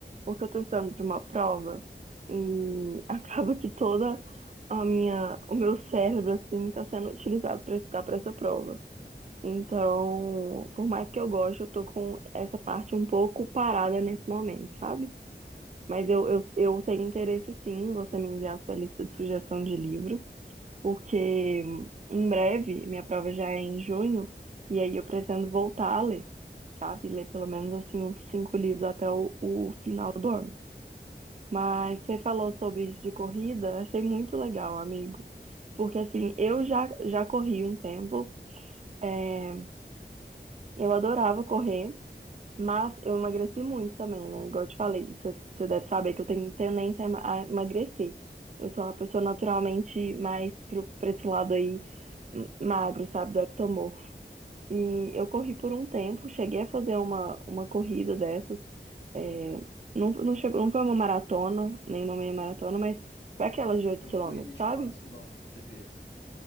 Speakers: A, on the right; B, on the left.
A: porque eu tô estudando para uma prova e <laughs> acaba que toda a minha, o meu cérebro assim tá sendo utilizado para estudar para essa prova. Então, por mais que eu goste, eu tô com essa parte um pouco parada nesse momento, sabe? Mas eu, eu, eu tenho interesse sim, em você me enviar a sua lista de sugestão de livros porque em breve minha prova já é em junho, e aí eu pretendo voltar a ler, sabe? Ler pelo menos assim uns cinco livros até o, o final do ano. Mas você falou sobre isso de corrida, achei muito legal, amigo. Porque assim, eu já, já corri um tempo, é, eu adorava correr. Mas eu emagreci muito também, né? Igual eu te falei, você você deve saber que eu tenho tendência a ema- a emagrecer. Eu sou uma pessoa naturalmente mais pro, pra esse lado aí, m- magro, sabe, do ectomorfo. E eu corri por um tempo, cheguei a fazer uma, uma corrida dessas. é, não, não chegou, não foi uma maratona, nem uma meia maratona, mas foi aquelas de 8
B: Foi
A: quilômetros,
B: uma corrida de
A: sabe?
B: quantos quilômetros que você fez?